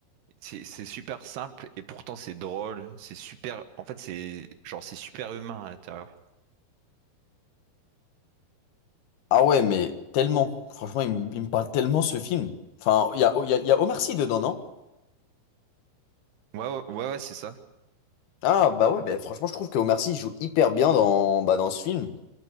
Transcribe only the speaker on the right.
C'est c'est super simple et pourtant c'est drôle. C'est super. En fait, c'est genre c'est super humain à l'intérieur.
Ouais, ouais, ouais, ouais, c'est ça.